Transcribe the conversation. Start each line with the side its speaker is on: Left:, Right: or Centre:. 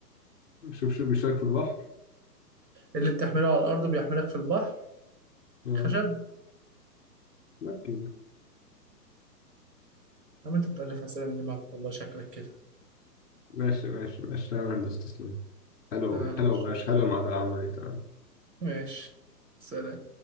Left: شوف شوف بيشارك في البحر
Right: اللي بتحمله على الارض بيحملك في البحر
Left: اه
Right: خشب
Left: مركب
Right: يا عم انت بتألف اسئله من دماغك والله شكلك كده
Left: ماشي ماشي ماشي تمام يا هندسة تسلم حلو
Right: تمام
Left: حلو
Right: شكرا
Left: ماشي حلو المعادلة العامة دي تمام
Right: ماشي سلام